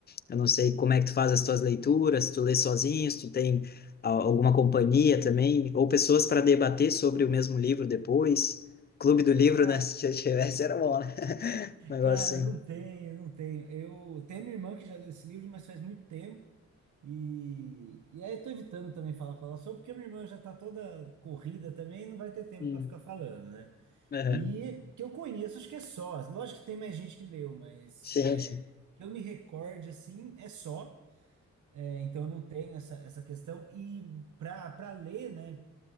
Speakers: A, on the left (about 35°); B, on the right (about 85°).
A: eu não sei como é que tu faz as tuas leituras, se tu lê sozinho, se tu tem a- alguma companhia também, ou pessoas para debater sobre o mesmo livro depois. Clube do livro,
B: Tá.
A: né? <laughs> Se tivesse era bom, né? <laughs> Um negócio
B: Cara, não tenho, não tenho. Eu tenho minha irmã que já leu esse livro, mas faz muito tempo. E, e aí eu tô evitando também falar com ela sobre, porque minha irmã já tá toda corrida também e não vai ter tempo
A: assim.
B: pra ficar falando, né?
A: Aham.
B: E que eu conheço, acho que é só. Lógico que tem mais gente que leu, mas
A: Sim,
B: é,
A: sim.
B: que eu me recorde assim, é só. É, então eu não tenho essa, essa questão. E pra, pra ler, né?